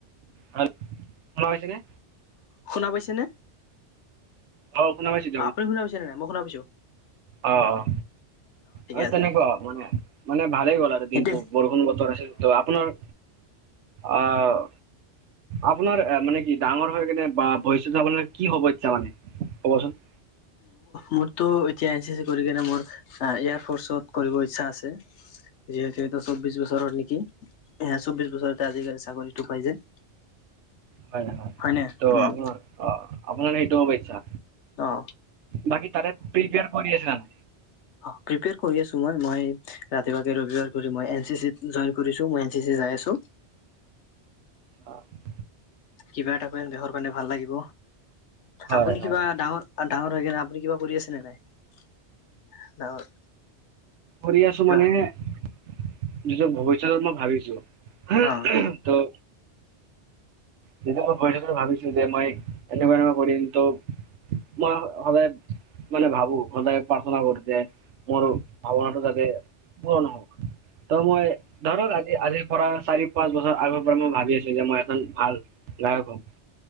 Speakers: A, on the right; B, on the left.
A: হেল্ল! শুনা পাইছে নে?
B: শুনা পাইছে নে?
A: অঁ! শুনা পাইছোঁ।
B: আপুনি শুনা পাইছানে নাই? মই শুনা পাইছোঁ।
A: অঁ-অঁ! হয়
B: আছে
A: তেনেকুৱা মানে। মানে ভালেই গ'ল আৰু
B: সেইটোৱে
A: দিনটো বৰষুণ বতৰ আছিল। ত আপোনাৰ? অহ! আপোনাৰ মানে কি ডাঙৰ হৈ কেনে বা ভৱিষ্যত আপোনাৰ কি হব ইচ্ছা মানে ক'ব চোন?
B: মোৰতো এতিয়া এন চি চি কৰি কিনে মোৰ এয়াৰ ফৰ্চত কৰিব ইচ্ছা আছে। যিহেতু চৌ্বিশ বছৰৰ নেকি? এ চৌব্বিছ বছৰতে আজিকালি চাকৰি টো পাই যায়।
A: হয় হয়
B: নে
A: ত'
B: উম
A: আপোনাৰ অ আপোনাৰ সেইটো হ'ব ইচ্ছা।
B: অ
A: বাকী তাৰে প্ৰিপেয়াৰ কৰি আছে জানো
B: অ প্ৰিপেয়াৰ কৰি আছো মই মই ৰাতিপুৱাকে ৰবিবাৰ কৰি মই এন চি চি তিত ইনজ কৰিছোঁ মই আজি যে যাই আছোঁ।
A: আছ <unintelligible>
B: কিবা এটা কৰিম দেশৰ কাৰণে ভাল লাগিব
A: হয়
B: আপুনি
A: হয়
B: কিবা ডাঙৰ আৰু ডাঙৰ হৈ কিনে আপুনি কিবা কৰি আছেনে নাই ডাঙৰ
A: কৰি আছো
B: কিবা
A: মানে যিটো ভৱিষ্যত মই ভাবিছো।
B: অ
A: তো তেতিয়া মই ভৱিষ্যত ভাবিছিলো যে মই এনেকুৱা এনেকুৱা কৰিম তো। মই সদায় মানে ভাবো সদায় প্ৰাৰ্থনা কৰো যে মোৰ ভাৱনাটো যাতে পূৰণ হ'ব। ত' মই ধৰক আজি আজিৰ পৰা চাৰি পাঁচ বছৰ আগৰ পৰা মই ভাবি আছো যে মই এখন ভাল গায়ক হম